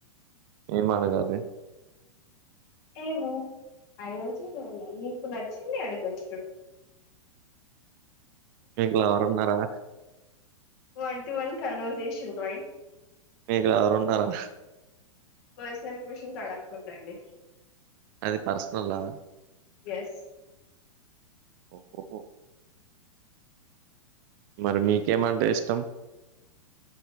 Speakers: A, on the right; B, on the left.
A: ఏం అడగాలి
B: ఏమో ఐయోజులోన నీకు నచ్చింది అడగచ్చు
A: మీకు లవర్ ఉన్నారా
B: one to one conversation right
A: మీకు లవర్ ఉన్నారా
B: పర్సనల్ క్వశ్చన్స్ అడకూడదండి
A: అది పర్సనల్ లా
B: ఎస్
A: ఓహో మరి మీకేమంటే ఇష్టం